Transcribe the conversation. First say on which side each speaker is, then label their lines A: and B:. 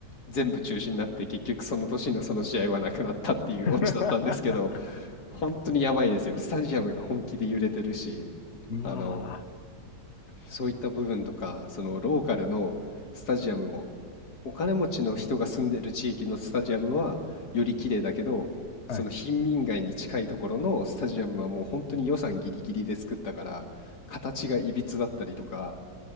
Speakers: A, on the left (about 65°); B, on the left (about 45°).
A: 全部中止になって結局その年のその試合はなくなったっていうオチだったんですけど、
B: <laughs>
A: 本当にやばいですよ。スタジアムが本気で揺れてるし、
B: うわ
A: あの、そういった部分とか、そのローカルのスタジアムもお金持ちの人が住んでる地域のスタジアムはより綺麗だけど、その貧民街に近いところのスタジアムはもう本当に予算ギリギリで作ったから、
B: ぁはい。ー。
A: 形がいびつだったりとか、